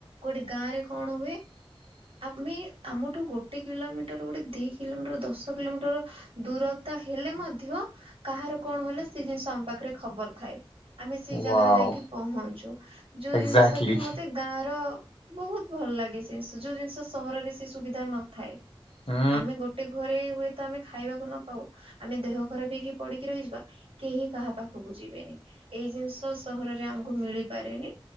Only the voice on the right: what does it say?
ଗୋଟେ ଗାଁ ରେ କଣ ହୁଏ
ଆମେ ଆମଠୁ ଗୋଟେ କିଲୋମିଟର ଗୋଟେ ଦି କିଲୋମିଟର ଦଶ କିଲୋମିଟର ଦୂରତା ହେଲେ ମଧ୍ୟ କାହାର କଣ ହେଲେ ସେ ଜିନିଷ ତମ ପାଖରେ ଖବର ଥାଏ। ଆମେ ସେଇ
ଜାଗାରେ ଯାଇକି ପହଞ୍ଚୁ ଯୋଉ
ଜିନିଷ କି ମତେ ଗାଁ ର ବହୁତ ଭଲ ଲାଗେ ସେ ଜିନଷ ଯୋଉ ଜିନିଷ ସହରରେ ସେ ସୁବିଧା ନଥାଏ।
ଆମେ ଗୋଟେ ଘରେ ହୁଏ ତ ଆମେ ଖାଇବାକୁ ନ ପାଉ ଆମେ ଦେହ ଖରାପ ହେଇକି ପଡିକି ରହିଯିବା କେହି କାହା ପାଖକୁ ଯିବେନି। ଏଇ ଜିନିଷ ସହରରେ ଆମ ମିଳିପାରେନି